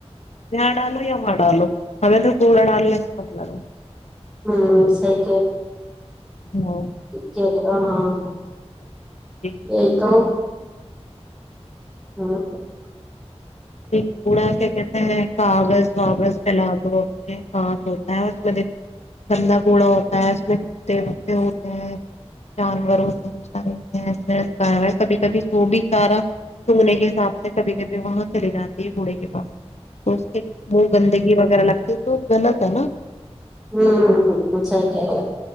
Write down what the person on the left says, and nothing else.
یہاں ڈالو یا وہاں ڈالو ہ تو کوڑا ڈالل مپ لگ
ہاں
جی
کوڑا کیا کہتے ہیں کاغذ واغذ پھیلا دو اپنے کانچ ہوتا ہے اس میں دیکھو گندا کوڑا ہوتا ہے اس میں کتے وتے ہوتے ہیں جانور ہوتے ہیں چ کبھی کبھی وہ بھی چارہ چگنے کے حساب سے کبھی کبھی وہاں چلی جاتی ہے بوڑے کے پاس وہ گندگی وغیرہ لگتی تو غلط ہے نا